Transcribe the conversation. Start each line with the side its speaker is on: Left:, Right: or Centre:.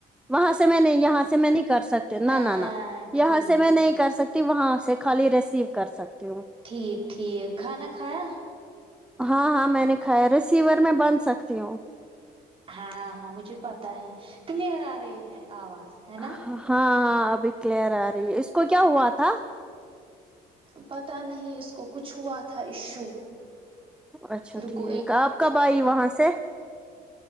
Centre: وہاں سے میں نہیں یہاں سے میں نہیں کر سکتے ن
Right: ہاں
Centre: نہ نہ یہاں
Right: ٹھیک
Centre: سے میں نہیں کر سکتی کہ وہاں سے خالی ریسیو کر سکتی ہوں
Right: ٹھیک ٹھیک کھانا کھایا
Centre: ہاں ہاں میں نے کھایا ہے ریسیور میں بن سکتی ہوں
Right: ہاں ہاں مجھے پتا ہے کلیئر آ رہی ہے آواز ہے نا
Centre: ہاں ہاں ابھی کلیئر آ رہی ہے اس کو کیا ہوا تھا
Right: پتہ نہیں اس کو کچھ ہوا تھا ایشو
Centre: اچھا
Right: رکو
Centre: ٹھیک آپ کب آئی وہاں سے